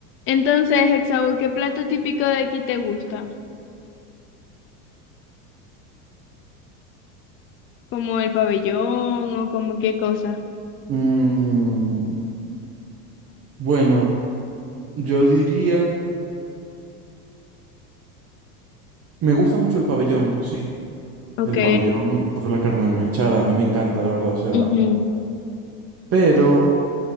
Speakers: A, on the left (about 30°); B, on the right (about 30°).
A: Entonces, Hexau, ¿qué plato típico de aquí te gusta? ¿Como el pabellón o como qué cosa?
B: Mm, bueno, yo diría, me gusta mucho el pabellón, sí,
A: Ok.
B: el pabellón por la carne mechada, a mí me encanta, la verdad, o sea,
A: ujú,
B: pero